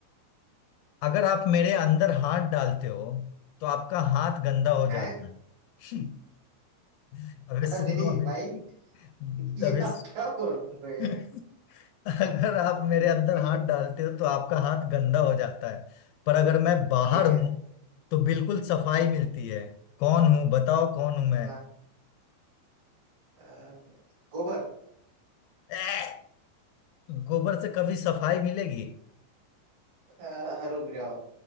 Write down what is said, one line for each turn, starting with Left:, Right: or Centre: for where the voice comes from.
Left: अगर आप मेरे अंदर हाथ डालते हो तो आपका हाथ गंदा हो
Right: हैं
Left: जाता है <laughs> अबे
Right: अरे
Left: सुन लो अभी
Right: भाई ये
Left: अबे
Right: आप
Left: सु-
Right: क्या बोल रहे
Left: <laughs> अगर आप मेरे
Right: ठीक
Left: अंदर हाथ
Right: है
Left: डालते हो तो आपका हाथ गंदा हो जाता है पर अगर मैं बाहर
Right: ठीक है
Left: हूं तो बिल्कुल सफाई
Right: हम्म
Left: मिलती
Right: हम्म।
Left: है कौन हूं बताओ कौन हूं मैं
Right: आ, आ, गोबर
Left: ए, गोबर से कभी सफाई मिलेगी
Right: आ, रुक जाओ